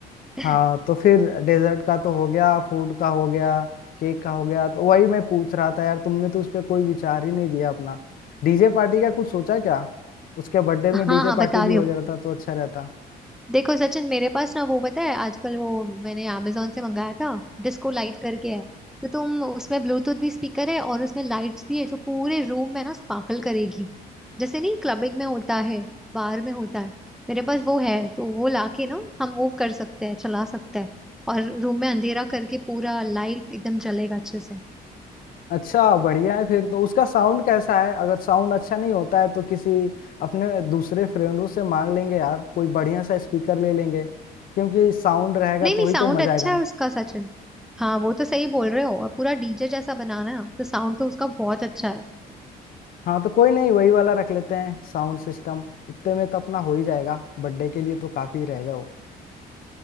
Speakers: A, in the centre; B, on the left.
A: <laughs>
B: हाँ तो फिर डेजर्ट का तो हो गया फूड का हो गया केक का हो गया तो वही मैं पूछ रहा था यार तुमने तो उस पर कोई विचार ही नहीं दिया अपना डीजे पार्टी का कुछ सोचा क्या उसके बर्थडे में
A: हाँ
B: डीजे
A: हाँ
B: पार्टी
A: बता
B: भी
A: रही
B: हो
A: हूँ
B: जाता तो अच्छा रहता
A: देखो सचिन मेरे पास ना वो पता है आजकल वो मैंने amazon से मंगाया था डिस्को लाइट करके है तो तुम उसमें ब्लूटूथ भी स्पीकर है और उसमें लाइट्स भी है जो पूरे रूम में ना स्पार्कल करेगी जैसे नहीं क्लबिंग में होता है बार में होता है मेरे पास वो है तो वो लाके ना हम वो कर सकते हैं चला सकते हैं और रूम में अंधेरा करके पूरा लाइट एकदम जलेगा अच्छे से
B: अच्छा बढ़िया है फिर तो उसका साउंड कैसा है अगर साउंड अच्छा नहीं होता है तो किसी अपने दूसरे फ्रेंडों से मांग लेंगे यार कोई बढ़िया सा स्पीकर ले लेंगे क्योंकि साउंड रहेगा
A: नहीं
B: तो
A: नहीं
B: ही
A: साउंड
B: तो मजा
A: अच्छा
B: आएगा ना
A: है उसका सचिन हाँ वो तो सही बोल रहे हो और पूरा डीजे जैसा बनाना है तो साउंड तो उसका बहुत अच्छा है
B: हाँ तो कोई नहीं वही वाला रख लेते हैं साउंड सिस्टम उतने में तो अपना हो ही जाएगा बर्थडे के लिए तो काफी रहेगा वो